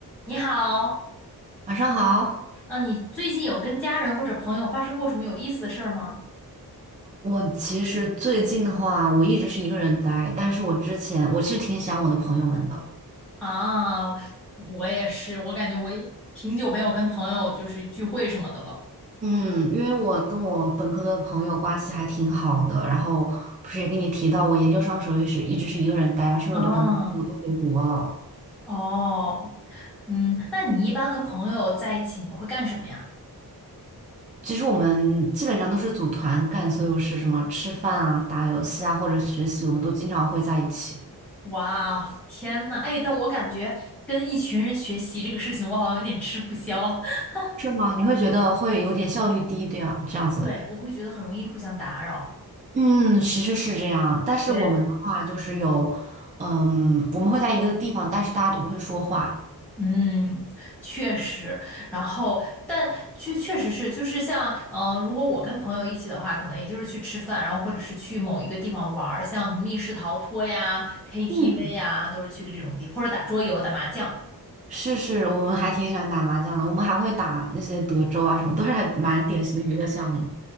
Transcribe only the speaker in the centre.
你好，
呃，你最近有跟家人或者朋友发生过什么有意思的事儿吗？
啊，我也是，我感觉我也挺久没有跟朋友就是聚会什么的了。
嗯，哦，嗯，那你一般和朋友在一起，你们会干什么呀？
哇，天呐，哎，但我感觉跟一群人学习这个事情，我好像有点吃不消。<laughs>
对，我会觉得很容易互相打扰。
对。
嗯，确实，然后但确确实是，就是像嗯、呃如果我跟朋友一起的话，可能也就是去吃饭，然后或者是去某一个地方玩儿像密室逃脱呀、KTV
呀，都是去个这种地方，或者打桌游、打麻将。